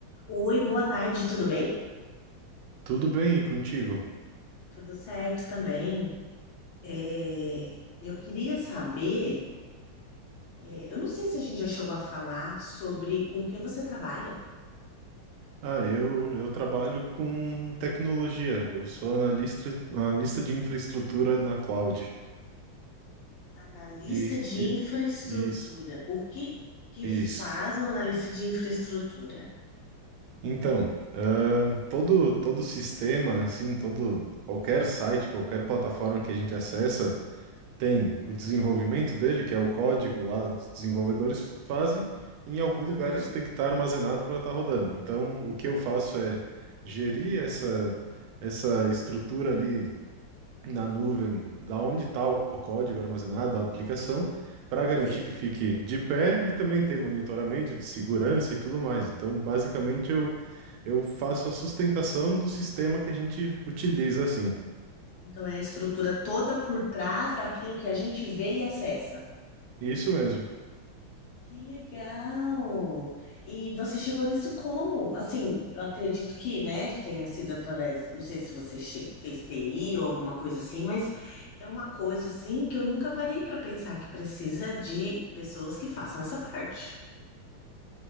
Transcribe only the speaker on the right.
Tudo bem e contigo?
Ah, eu, eu trabalho com tecnologia. Eu sou analista, analista de infraestrutura na cloud.
E,
e
isso,
isso.
Então, ah, todo todo sistema, assim, todo qualquer site, qualquer plataforma que a gente acessa tem o desenvolvimento
dele, que é o código lá, os desenvolvedores fazem, e em algum
lugar isso tem que estar armazenado para estar rodando. Então, o que eu faço é gerir essa, essa estrutura ali na nuvem, da onde está o código armazenado, a aplicação, para garantir
que fique de pé e também ter monitoramento de segurança e tudo mais. Então, basicamente, eu, eu faço a sustentação do sistema que a gente utiliza assim.
Isso mesmo.